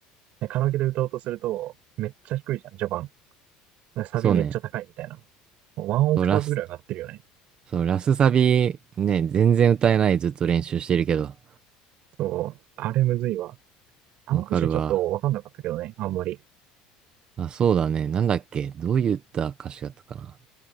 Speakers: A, on the right; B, on the right.
A: ねカラオケで歌おうとすると、めっちゃ低いじゃん、序盤。サビめっちゃ高いみたいな。
B: そうね。
A: ワンオクターブぐらい上がってるよね。
B: そう、ラス、そう、ラスサビね、全然歌えない。ずっと練習してるけど。
A: そう。あれむずいわ。あの歌詞ちょっとわかんなかったけどね、
B: わかるわ。
A: あんまり。
B: あ、そうだね。なんだっけ。どういった歌詞だったかな。